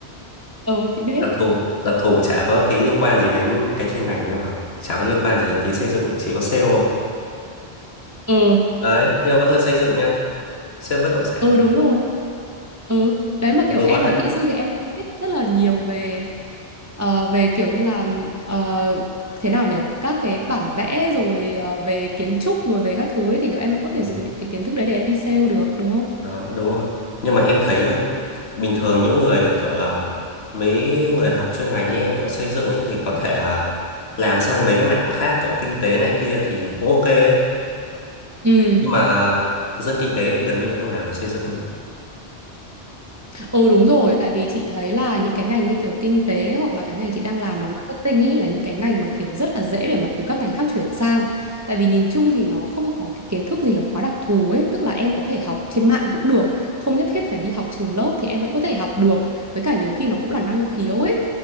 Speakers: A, on the right; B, on the left.
A: ờ chị biết.
B: đặc thù đặc thù chả có tí liên quan gì đến cái chuyên ngành mà em học chả có liên quan gì đến tí xây dựng chỉ có sale thôi
A: ừ
B: đấy nhưng mà vẫn là xây dựng nha sale bất động sản
A: ừ
B: thôi
A: đúng rồi ừ đấy mà
B: mặc
A: kiểu
B: dù
A: em
B: có
A: là
B: thể
A: kỹ sư thì em cũng biết rất là nhiều về ờ, về kiểu như là ờ, thế nào nhở các cái bản vẽ rồi ờ, về kiến trúc rồi về các thứ ấy, thì kiểu em cũng có thể
B: Ừ,
A: dùng những cái kiến thức đấy để em đi sale được đúng không
B: đó đúng rồi nhưng mà em thấy nhá bình thường những người kiểu là mấy người học chuyên ngành như em kiểu xây dựng ấy thì có thể là làm sang mấy cái mảng khác kiểu kinh tế này kia thì cũng ok ấy
A: ừ
B: nhưng mà dân kinh tế thì gần như không làm được xây dựng
A: Ừ đúng rồi, tại vì chị thấy là những cái ngành như kiểu kinh tế hoặc là cái ngành chị đang làm là marketing ấy là những cái ngành mà kiểu rất là dễ để mà từ các ngành khác chuyển sang. Tại vì nhìn chung thì nó không có cái kiến thức gì là quá đặc thù ấy, tức là em có thể học trên mạng cũng được, không nhất thiết phải đi học trường lớp thì em vẫn có thể học được. Với cả nhiều khi nó cũng là năng khiếu ấy.